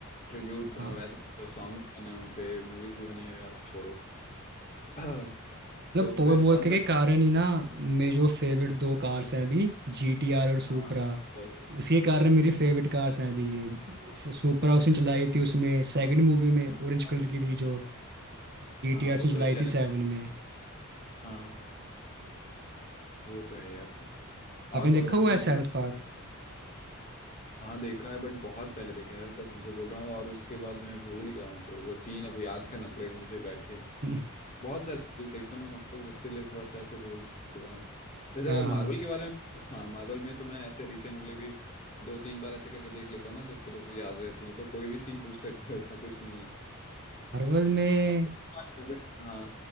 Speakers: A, on the left; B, on the right.
A: ट्रिब्यूट
B: हाँ।
A: ऐसा सॉन्ग भी बना है उनपे मूवीज भी बनी है यार छोड़ो <clears throat>
B: मतलब
A: तो फिर
B: पोल वोल
A: कौन
B: के,
A: सा
B: के कारण ही ना मेरी जो फेवरेट दो कार्स हैं अभी जी टी आर और सुपरा
A: हाँ और-
B: उसी के कारण मेरी फेवरेट कार्स हैं अभी ये सुपरा उसने चलाई थी उसमें सेकंड मूवी में ऑरेंज
A: हाँ
B: कलर की थी जो और जी
A: हाँ,
B: टी आर
A: वो
B: उसने
A: तो
B: चलाई
A: है चैलेंज
B: थी सेवन में
A: हाँ वो तो है यार
B: आपने
A: और कौन
B: देखा
A: कौन
B: हुआ
A: सी मूवी
B: है सेवन्थ पार्ट
A: हाँ देखा है बट बहुत पहले देखा है यार कसम से बोल रहा हूँ और उसके बाद मैं भूल गया हूँ तो वो सीन अब याद करना पड़ेगा मुझे बैठ के
B: <laughs>
A: बहुत सारे मूवीज देखता हूँ ना तो इसीलिए थोड़ा सा ऐसे भूल चुका हूँ जैसे
B: हाँ
A: अगर
B: हाँ
A: मार्वल के बारे में हाँ मार्वल में तो मैं ऐसे रिसेंटली भी दो तीन बार ऐसे करके देख लेता हूँ ना तो फिर वो याद रहती है तो कोई भी सीन पूछ सकते हो ऐसा कुछ नहीं है
B: मार्वल में
A: और तुम्हारा favorite- हाँ